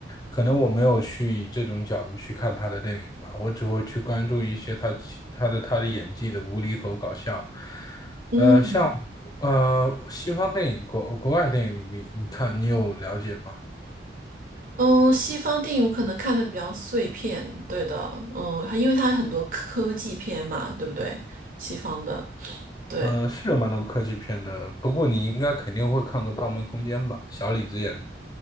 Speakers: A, on the left; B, on the right.
A: 可能我没有去以这种角度去看他的电影吧，我只会去关注一些他其他的他的演技的无厘头搞笑。
B: 嗯。
A: 呃，像呃西方电影、国国外电影你你看你有了解吗？
B: 嗯，西方电影我可能看的比较碎片，对的，嗯，因为它很多科技片嘛，对不对？西方的，对，
A: 嗯，是有蛮多科技片的，不过你应该肯定会看过《盗梦空间》吧？小李子演的。